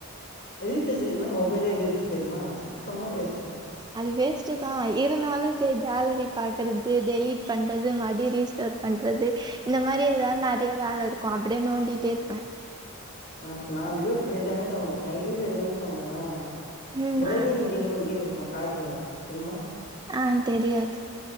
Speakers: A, on the left (about 50°); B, on the right (about 20°).
A: ரிச்சார்ஜ் இல்லன்னா மொபைலே வேஸ்ட் தெரியுமா சுத்தமா வேஸ்ட்டு
B: அது வேஸ்ட் தா இருந்தாலு கேலரி பாக்கறது டெலீட் பண்றது மறுபடியு ரீஸ்டார்ட் பண்றது இந்த மாரி ஏதாவது நெறையா வேல இருக் கு அப்டியே நோண்டிட்டே இருப்பே
A: ஆ நா டெலிட் பண்ணிட்டா என்ன தெரியுமா பண் எனக்கு ரீச்சார்ஜ் இல்லன்னா என்ன தெரியுமா பண்ணுவே
B: ம்
A: டிரைவிங் கேம்ன்னு ஒரு கேம் இருக்குமா கார் கேம் தெரியுமா
B: ஆஹா தெரியாது